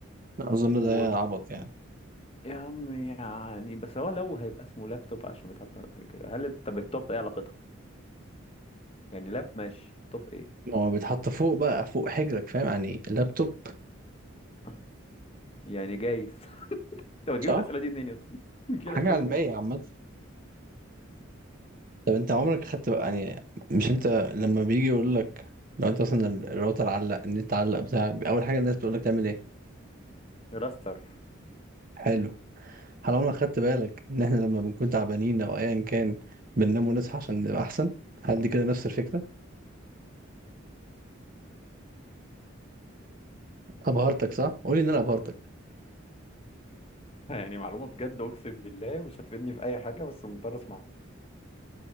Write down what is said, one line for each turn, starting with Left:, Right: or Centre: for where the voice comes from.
Right: أظن
Left: و
Right: ده عبط يعني
Left: يا عم يعني بس هو لو هيبقى اسمه لابتوب عشان بيتحط على حاجة هل طب التوب ايه علاقتها؟ يعني لاب ماشي توب ايه؟
Right: ما هو بيتحط فوق بقى فوق حجرك فاهم يعني لابتوب
Left: آه، يعني جايز <laughs> طب تجيب
Right: صح؟
Left: الأسئلة دي منين يا اسطى؟ بتجيب
Right: حاجة
Left: الأسئلة
Right: علمية
Left: دي منين؟
Right: عامة طب انت عمرك خدت بقى يعني مش انت لما بيجي يقول لك لو انت مثلا ال- الراوتر علق النت علق بتاع اول حاجه الناس بتقول لك تعمل ايه
Left: راستر
Right: حلو هل عمرك خدت بالك ان احنا لما بنكون تعبانين او ايا كان بننام ونصحى عشان نبقى احسن هل دي كده نفس الفكره ابهرتك صح قول لي ان انا ابهرتك
Left: يعني معلومة بجد أقسم بالله مش هتفيدني في أي حاجة بس مضطر أسمعها